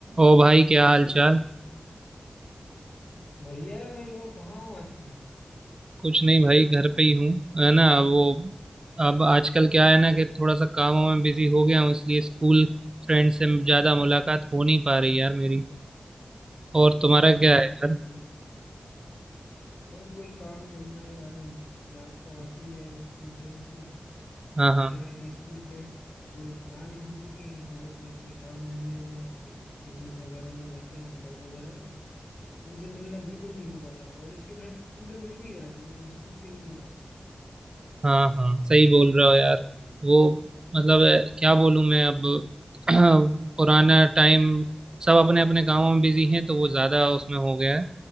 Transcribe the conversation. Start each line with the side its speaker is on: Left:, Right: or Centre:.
Right: ओ भाई क्या हाल चाल
Left: बढ़िया है भाई और कहाँ हो आजकल
Right: कुछ नहीं भाई घर पे ही हूँ है ना वो अब आजकल क्या है ना कि थोड़ा सा कामों में बिजी हो गया हूँ इसलिए स्कूल फ्रेंड से ज़्यादा मुलाकात हो नहीं पा रही यार मेरी और तुम्हारा
Left: हाँ
Right: क्या है
Left: यार
Right: यार
Left: भाई सही है चल रहा है बस वही काम चल रहा है यार उस- याद तो आती है यार स्कूल फ्रेंड्स की
Right: हाँ
Left: और
Right: हाँ
Left: क्या है कि स्कूल फ्रेंड थोड़े पुराने हो चुके हैं सब अपने अपने काम धंधे में और बिजनेस वगैरह में लग गए हैं जॉब वगैरह में तो उनसे मिलना बिल्कुल नहीं हो पाता कॉलेज के फ्रेंड तो मिल भी जाते लेकिन स्कूल के नहीं मिल पाते
Right: हाँ हाँ सही बोल रहे हो यार वो मतलब अ, क्या बोलूँ मैं अब <clears throat> पुराना टाइम सब अपने अपने कामों में बिजी हैं तो वो ज़्यादा उसमें हो गया है